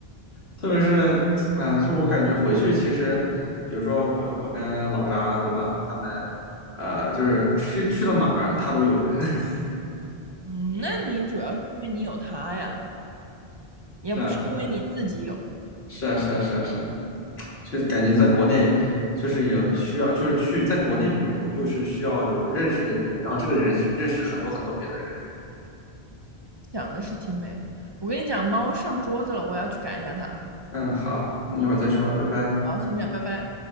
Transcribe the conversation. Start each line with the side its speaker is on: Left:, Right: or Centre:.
Left: 特别是，哎，就我感觉回去其实，比如说我我跟老扎，对吧？他们，呃，就是去去到哪儿他都有人，<laughs>
Right: 嗯，那你主要是因为你有它呀，也不是因为你自己有，
Left: 是啊是啊是啊是啊是啊是啊，就感觉在国内就是有需要，就是去在国内旅游就是需要有认识的人，然后这个人是认识很多很多别的人。
Right: 想的是挺美的。我跟你讲，猫上桌子了，我要去赶一下它。
Left: 嗯，好，那一会儿再说，拜拜。
Right: 好，先这样，拜拜。